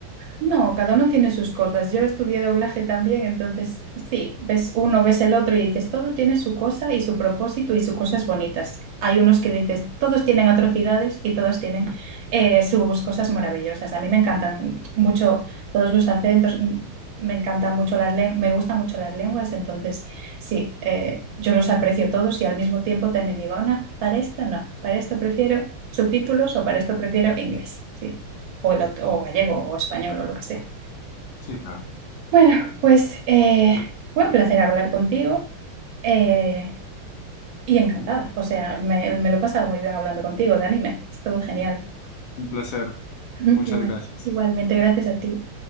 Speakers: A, on the right; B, on the left.
A: No, cada uno tiene sus cosas. Yo estudié doblaje también, entonces sí, ves uno, ves el otro y dices, todo tiene su cosa y su propósito y sus cosas bonitas. Hay unos que dices, todos tienen atrocidades y todos tienen eh, sus cosas maravillosas. A mí me encantan mucho todos los acentos, m- me encantan mucho las lenguas, me gustan mucho las lenguas, entonces sí, eh, yo los aprecio todos y al mismo tiempo también digo, no, para esto no, para esto prefiero subtítulos o para esto prefiero inglés. Sí o, el ot- o gallego o español o lo que sea.
B: Sí, claro.
A: Bueno, pues eh, fue un placer hablar contigo eh, y encantada. O sea, me, me lo he pasado muy bien hablando contigo de anime. Estuvo genial.
B: Un placer.
A: <laughs>
B: Muchas
A: Igual,
B: gracias.
A: igualmente, gracias a ti.